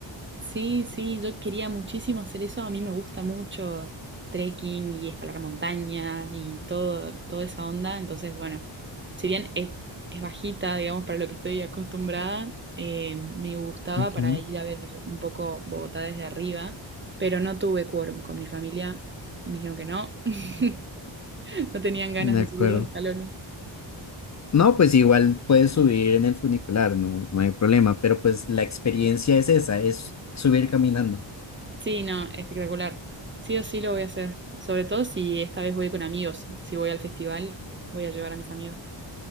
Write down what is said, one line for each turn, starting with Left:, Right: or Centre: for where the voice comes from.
Right: Sí, sí, yo quería muchísimo hacer eso. A mí me gusta mucho trekking y escalar montañas y todo, toda esa onda. Entonces, bueno, si bien es, es bajita, digamos, para lo que estoy acostumbrada, eh, me gustaba
Left: Ujú,
Right: para ir a ver un poco Bogotá desde arriba, pero no tuve quórum con mi familia. Dijeron que no, <laughs> no tenían ganas
Left: De
Right: de
Left: acuerdo.
Right: subir los escalones.
Left: No, pues igual puedes subir en el funicular, no, no hay problema, pero pues la experiencia es esa, es subir caminando.
Right: Sí, no, espectacular. Sí o sí lo voy a hacer. Sobre todo si esta vez voy con amigos. Si voy al festival, voy a llevar a mis amigos.